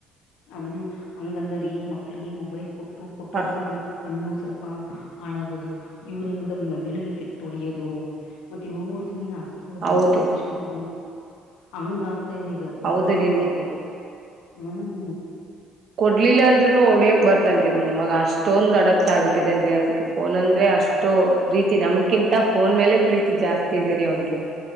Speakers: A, on the left; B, on the right.
A: ಅದ ನಿ ಹಂಗಲ್ಲರಿ ಈ ಮಕ್ಕಳಿಗೆ ಮೊಬೈಲ್ ಕೊಟ್ಟ
B: ಹ
A: <unintelligible> ಹಾಳಾಗೋದು ಇವ್ರ ಏನ್ ಮಾಡ್ತ ಮೆದುಳಿಗೆ ಎಫೆಕ್ಟ್ ಹೊಡಿಯೋದು <unintelligible> ಮತ್ತ ಇವರು ಸುಮ್ಮನೆ <unintelligible> ದು
B: ಹೌದು
A: ಕಿರ್ಚ್ಚೋದು ಹಂಗ ಆಗ್ತಾ ಇದೆ ಈಗ ಬಾಳ
B: ಹೌದು ರೀ
A: ವೈ ಹುಂ
B: ಕೊಡ್ಲಿಲ್ಲ ಅಂದ್ರುನು ಹೊಡ್ಯಕ್ ಬರ್ತನ್ ನನ್ ಮಗ ಅಷ್ಟೊಂದು ಅಡಪಟ್ ಆಗ್ಬಿಟ್ಟಿದಾನ್ ರಿ ಅದಕೇ ಫೋನ್ ಅಂದ್ರೆ ಅಷ್ಟು ಪ್ರೀತಿ ನಮ್ಕಿಂತ ಫೋನ್ ಮೇಲೆ ಪ್ರೀತಿ ಜಾಸ್ತಿ ಇದೇರಿ ಅವನ್ಗೆ